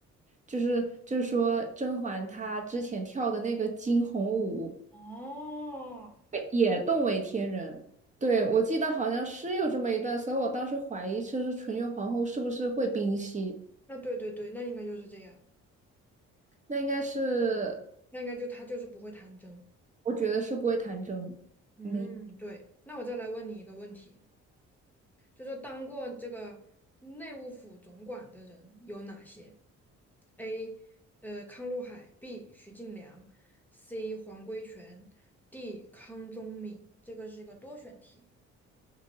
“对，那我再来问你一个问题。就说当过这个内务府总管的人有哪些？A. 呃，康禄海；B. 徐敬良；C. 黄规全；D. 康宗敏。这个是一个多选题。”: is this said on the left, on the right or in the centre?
Centre